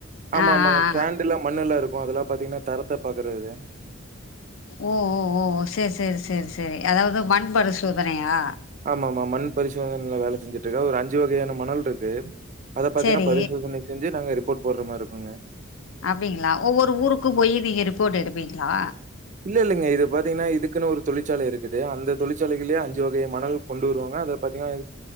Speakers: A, on the right; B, on the left.
A: ஆமா
B: ஆ
A: ஆமா
B: ஆ ஆ
A: சேண்டுல்லா மண்ணுல்லா இருக்கு இப்ப அதெல்லா பாத்தீங்கன்னா தரத்த பாக்குறது
B: ஓ ஓ ஓ சேர் சேர் சேர் சேரி அதாவுது மண் பரிசோதனையா
A: ஆமாம்மா மண் பரிசோதனைல வேல செஞ்சுட்டு இருக்க ஒரு அஞ்சு வகையான மணல் இருக்கு அத பாத்தீன்னா
B: சேரி
A: பரிசோதனை செஞ்சு நாங்க ரிப்போர்ட் போடுற மாதிரிக்குங்க
B: அப்டிங்ளா ஒவ்வொரு ஊருக்கு போய் நீங்க ரிப்போர்ட் எடுப்பீங்ளா
A: இல்ல இல்லீங்க இது பாத்தீங்ன்னா இதுக்குன்னு ஒரு தொழிற்சாலை இருக்குது அந்த தொழிற்சாலையிலே அஞ்சு வகை மணல் கொண்டு வருவாங்க அத பாத்தீங்கன்னா